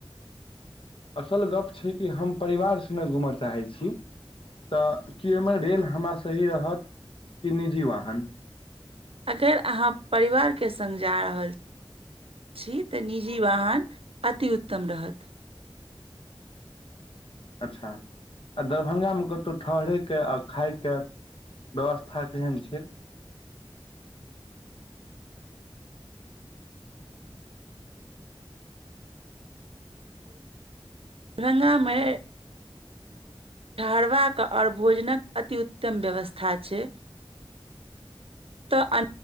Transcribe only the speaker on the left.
असल गप छै कि हम परिवार संगे घूमय चाहै छी तऽ कि ओहिमे रेल हमरा लेल सही रहत कि निजी वाहन
अच्छा आ दरभंगामे कतौ ठहरयके आ खायके व्यवस्था केहन छै